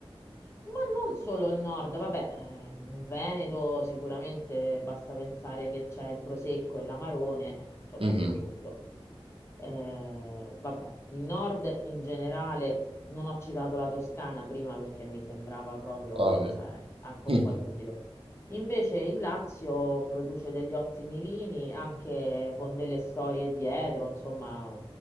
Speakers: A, on the left (about 25°); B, on the right (about 65°).
A: ma non solo il nord, vabbè, eh, in Veneto sicuramente basta pensare che c'è il Prosecco e l'Amarone, ti ho detto
B: Mhm,
A: tutto. Eh, vabbè, il nord in generale, non ho citato la Toscana prima perché mi sembrava proprio,
B: ovvio.
A: cioè, anche
B: <laughs>
A: un po' inutile. Invece il Lazio produce degli ottimi vini, anche con delle storie dietro, insomma,